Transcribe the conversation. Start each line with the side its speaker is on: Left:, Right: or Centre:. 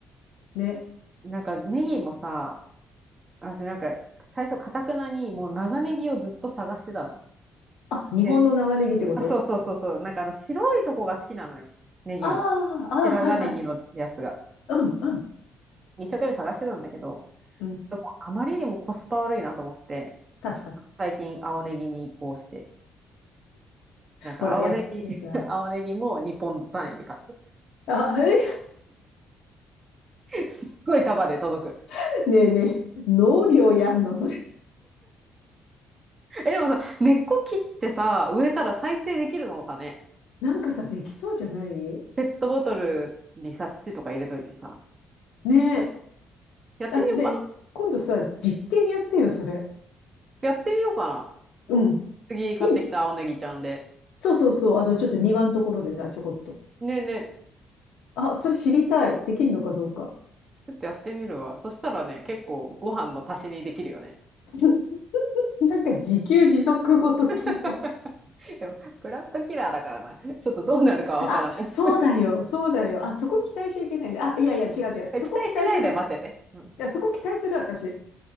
Left: ね。
Right: う。なんか、ネギもさ、私なんか、最初、かたくなに、もう長ネギをずっと探してたの。
Left: あ、日本の長ネギってこと
Right: で、あ、そうそうそうそう。なんかあの、白いとこが好きなのよ。ネギの。
Left: ああ、ああ、
Right: 白髪ネギのやつが。
Left: はいはい。うん、うん、
Right: 一生懸命探してたんだけど、
Left: うん。
Right: ちょっともうあまりにもコスパ悪いなと思って、
Left: 確かに。
Right: 最近青ネギに移行して、なんか青ネギ、
Left: ほら、やっぱさ。
Right: <laughs> 青ネギも2ポンド単位で買っ
Left: あ、え、
Right: て、すっごい束で届く。
Left: <laughs> ねえねえ、農業やんのそれ。
Right: え、でもさ、根っこ切ってさ、植えたら再生できるのかね。
Left: なんかさ、できそうじゃない
Right: ペットボトルにさ、土とか入れといてさ、
Left: ねえ。
Right: やってみようか
Left: あ、ねえ、今度さ、実験やってよ、それ。
Right: やってみようかな。
Left: うん。
Right: 次買ってきた青ネギちゃんで。
Left: いい、そうそうそう、あの、ちょっと庭のところでさ、ちょこっと。
Right: ねえねえ、
Left: あ、それ知りたい。できるのかどうか。
Right: ちょっとやってみるわ。そしたらね、結構ご飯の足しにできるよね。
Left: <laughs> なんか自給自足ごときの。
Right: <laughs> でも、ブラッドキラーだからな。ちょっとどうなるかわからない。
Left: あ、そうだよ、
Right: <laughs>
Left: そうだよ。あ、そこ期待しちゃいけないね。あ、いやいや、違う違う。
Right: 期待しないで待ってて。
Left: そこ期待するから。い
Right: うん
Left: や、そこ期待する私。